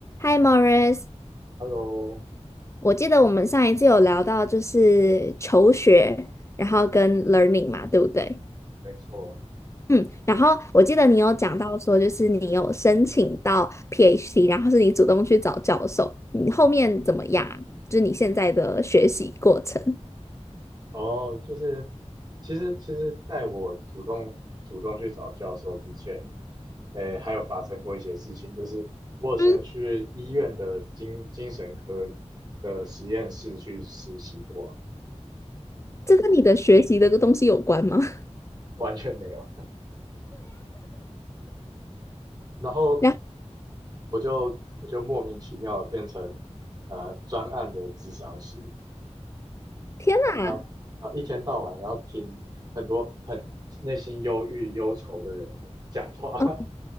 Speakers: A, on the left; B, on the right.
A: Hi Morris，
B: Hello，
A: 我记得我们上一次有聊到就是求学，然后跟 learning 嘛，对不对？
B: 没错，
A: 嗯，然后我记得你有讲到说，就是你有申请到 PhD，然后是你主动去找教授，你后面怎么样啊就是你现在的学习过程，
B: 哦，就是其实其实，在我主动主动去找教授之前，诶，还有发生过一些事情，就是我有先去医院的精精神科
A: 嗯，
B: 的实验室去实习过，
A: 这跟你的学习的东西有关吗？<laughs>
B: 完全没有。然后
A: 然后
B: 我就我就莫名其妙地变成呃专案的智商师，
A: 天哪，
B: 然后然后一天到晚要听很多很内心忧郁忧愁的人讲话，
A: 嗯
B: <laughs>